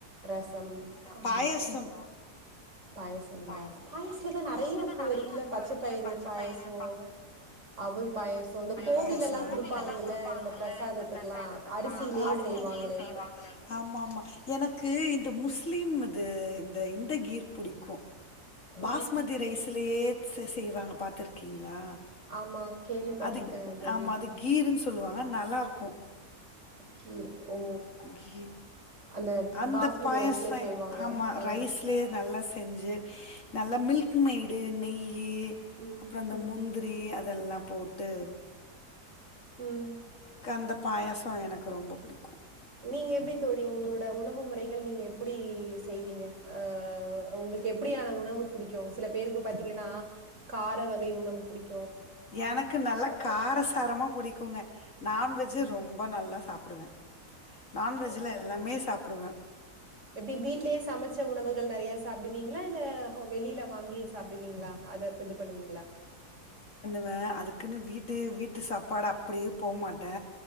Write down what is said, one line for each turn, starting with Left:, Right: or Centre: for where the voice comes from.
Right: ரசம். ஆமா.
Left: பாயசம்
Right: பாயாசம் நல்லாருக்கும்.
Left: பயசோ ம்
Right: பாயாசத்துல தான்
Left: பயாத்துல
Right: நெறைய இப்போ
Left: நெறைய
Right: இருக்குல்ல.
Left: இப்ப
Right: பச்சை
Left: இருக்குல்ல
Right: பயிறு
Left: பச்சைப்பயறு
Right: பாயாசம், அவல் பாயாசம், இந்த கோவில்லலாம்
Left: பாயசம்விலா
Right: குடுப்பாங்கல்ல,
Left: குடுப்பாங்கல்ல
Right: இந்த பிரசாதத்துக்கலாம்.
Left: இந்த பிரசாதத்துக்கெல்லா
Right: அரிசியிலேயே
Left: அரிசிலே
Right: செய்வாங்களே!
Left: செய்வா ஆமா மா எனக்கு இ ந்த முஸ்லிம்து இந்த இந்த கீர் புடிக்கு பாஸ்மதி
Right: ம்.
Left: ரைஸில் ப்டியே செ செய்வாங்க பாத்ர்க்கீங்களா
Right: ஆமா. கேள்விப்பட்டுருக்கேன்
Left: அது
Right: தோழி.
Left: ஆமா அது கீர்ன்னு சொ சொல்லுவாங்க நல்லாருக்கு
Right: கீர் ஓ!
Left: கீ
Right: அந்த
Left: அந்த
Right: பாஸ்மதி
Left: பாயசை
Right: ரைஸ்லே செய்வாங்க.
Left: ஆமா
Right: ஆ.
Left: ரைஸ்லயே நல்லா செஞ்சு நல்ல மில்க் மெய்டு நெய் ய்
Right: ம்.
Left: அப்புறோ அந்த முந்திர் ரி அதெல்லா போட்டு
Right: ம்
Left: கஅந்த பாயசோ எனக்கு ரொம்ப பிடிக்
Right: நீங்க எப்டி தோழி உங்களோட உணவு முறைகள் நீங்க எப்டி ஸ் செய்வீங்க ஆ உங்களுக்கு எப்படியான உணவு புடிக்கு சில பேருக்கு பாத்தீங்கன்னா கார வகை உணவு புடிக்
Left: எனக்கு நல்ல காரசாரமா புடிக்குங்க நான்வெஜ்
Right: ம்.
Left: ரொம்ப நல்லா சாப் டுவே நான்வெஜ்ல எல்லாமே சாப் ப்புறுவே
Right: எப்டி வீட்லேயே சமைச்ச உணவுகள் நெறைய சாப்பிடுவீங்களா இல்ல வெளியில வாங்கி சாப்பிடுவீங்களா அத இது பண்ணுவீங்களா
Left: அப்ப அதுக்குன்னு வீட்டு வீட்டு சாப்பாடு அப்படியே போமாட்டே